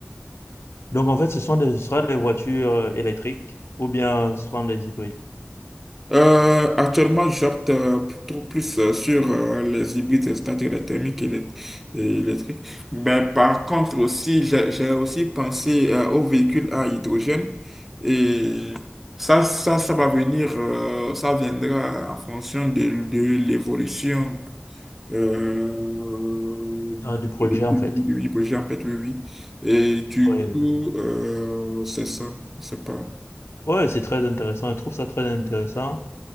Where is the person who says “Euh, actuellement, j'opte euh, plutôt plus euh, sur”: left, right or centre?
Centre